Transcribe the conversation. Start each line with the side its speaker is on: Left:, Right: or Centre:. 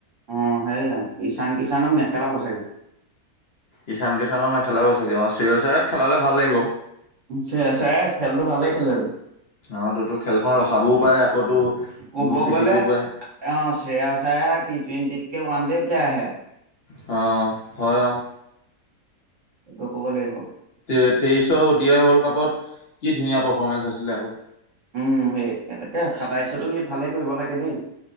Right: অ', সেয়া ঈশান কিষাণক নেখেলাব চাগে।
Left: ঈশান কিষানক নেখেলাাব চাগে অ', চ্ৰয়চ আইয়াৰক খেলালে ভাল লাগিব।
Right: শ্ৰেয়াছ আয়াৰ খেলটো ভালে খেলেটো।
Left: অহ, টো খেলখন ৰখাবও পাৰে, আকৌটো
Right: ক'ব
Left: পিটিবও
Right: গ'লে
Left: পাৰে।
Right: অ', শ্ৰেয়াছ আয়াৰ টি টুৱেণ্টিকে ওৱান ডে প্লেয়াৰ হে।
Left: অ' হয় অঁ।
Right: সেটো ক'ব লাগিব।
Left: তে-তেইচৱ অডিয়া ৱৰ্ল্ড কাপত, কি ধুনীয়া পাৰফৰ্মেন্ঞ্চ আছিলে আও।
Right: উম, সেই তাকে সাতাইশটো সি ভালেই কৰিব লাগে দেই।